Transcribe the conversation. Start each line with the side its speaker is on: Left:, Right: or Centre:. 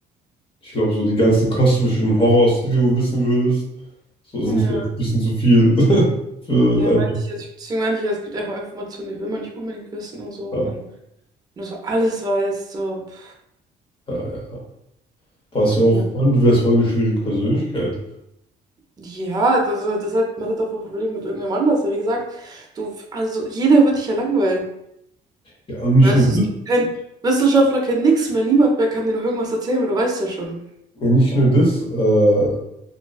Left: ich glaube, so die ganzen kosmischen Horrors, die du wissen würdest, so
Right: Ja.
Left: sind vielleicht ein bisschen zu viel <laughs> für
Right: Ja,
Left: einfach,
Right: meinte ich, jetzt- deswegen meinte ich, ja, es gibt auch Informationen, die will man nicht unbedingt wissen und so.
Left: ja,
Right: Und dann Nur so alles weiß so, pff,
Left: ja, ja. Was ja auch,
Right: ne.
Left: vor allem, du wärst voll eine schwierige Persönlichkeit.
Right: Ja, das, das hat, man hat auch ein Problem mit irgendwem anders. Weil Wie gesagt, du, also jeder wird dich ja langweilen.
Left: Ja, und nicht
Right: Weißt
Left: nur das,
Right: du, es gibt keinen Wissenschaftler, kein nix mehr, niemand mehr kann dir noch irgendwas erzählen, weil du weißt ja schon.
Left: ja, nicht nur das, äh,